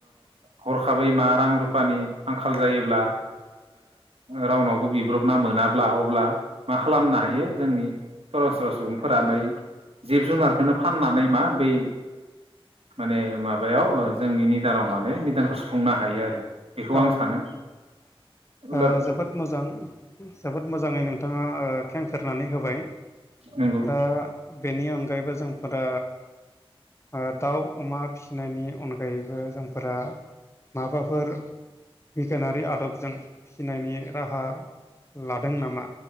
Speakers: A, on the right; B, on the left.
A: हरखाबै मा रां रुफानि आंखाल जायोब्ला रावनावबो बिब्रबना मोनाब्ला ब्ला अब्ला मा खालामनो हायो जोंनि सरासनस्रा सुबुंफोरा बै जिब जुनार खौनो फाननानै मा बै माने माबायाव जोंनि निदानाव माने निदानखौ सुफुंनो हायो आरो बेखौ
B: औ ओ
A: आं सानो अब्ला
B: जोबोद मोजां जोबोद मोजाङै नोंथाङा ओ खें फेरनानै होबाय
A: नंगौ
B: दा बेनि अनगायैबो जोंफोरा ओ दाउ अमा फिसिनायनि अनगायैबो जोंफोरा माबाफोर बिगियानारि आदबजों फिसिनायनि राहा लादों नामा